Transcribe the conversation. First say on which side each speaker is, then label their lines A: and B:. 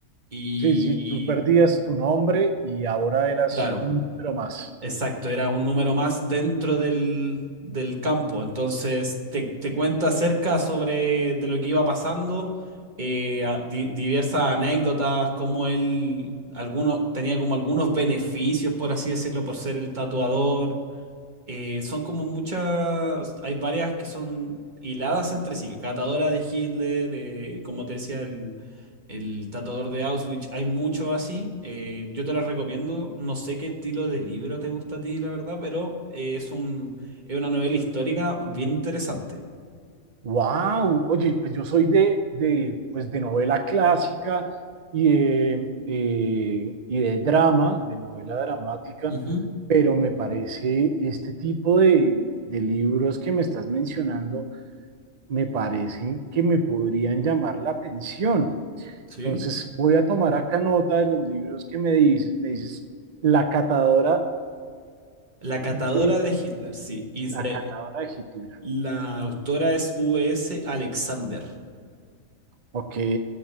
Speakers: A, on the right; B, on the right.
A: Y
B: Sí, sí, tú perdías tu nombre y ahora eras
A: claro.
B: un número más.
A: Exacto, era un número más dentro del, del campo. Entonces te, te cuenta acerca sobre de lo que iba pasando, eh, a- di- diversas anécdotas, como él alguno, tenía como algunos beneficios, por así decirlo, por ser el tatuador eh, son como muchas, hay varias que son hiladas entre sí, Catadora de Hitler, eh, como te decía, el, el tatuador de Auschwitz, hay muchos así, eh, yo te los recomiendo, no sé qué estilo de libro te gusta a ti, la verdad, pero eh, es un, es una novela histórica bien interesante.
B: ¡Wow! Oye, pues yo soy de, de, pues de novela clásica y de, eh, y de drama, de novela dramática,
A: Ujú,
B: pero me parece este tipo de, de libros que me estás mencionando me parece que me podrían llamar la atención.
A: Sí.
B: Entonces voy a tomar acá nota de los libros que me dices. Me dices La catadora
A: La Catadora
B: de,
A: de Hitler, sí, y es
B: la
A: de-
B: catadora de Hitler.
A: la autora es V.S. Alexander.
B: Ok.